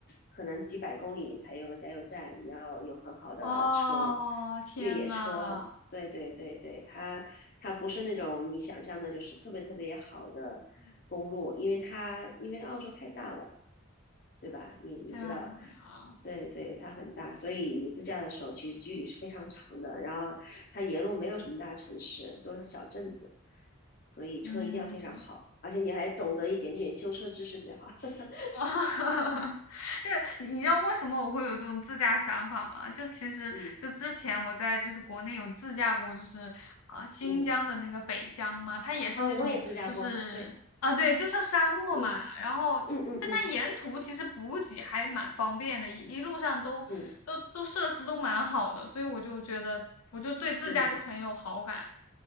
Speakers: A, on the left; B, on the left.
A: 可能几百公里才有个加油站，你要有很好的车，
B: 哦，天呐，
A: 越野车。对对对对，它它不是那种你想象的，就是特别特别好的公路，因为它因为澳洲太大了，对吧？你你知道，
B: 这样子啊。
A: 对对，它很大，所以你自驾的时候其实距离是非常长的。然后它沿路没有什么大城市，都是小镇子，所以车一定要非常好，
B: 嗯，
A: 而且你还懂得一点点修车知识最好。<laughs>
B: <laughs> 那你你知道为什么我会有这种自驾想法吗？就其实就之前我在就是国内有自驾过，
A: 嗯
B: 就是啊、新疆的那个北疆嘛，
A: 嗯，
B: 它也是那种就是啊、
A: 啊，我也自驾过，对，
B: 对，就是沙漠嘛。
A: 嗯
B: 然后但它沿途其实补给还蛮方便的，
A: 嗯嗯嗯
B: 一一路上都都都设施都蛮好的，
A: 嗯
B: 所以我就觉得我就对自驾就很有好感。
A: 嗯，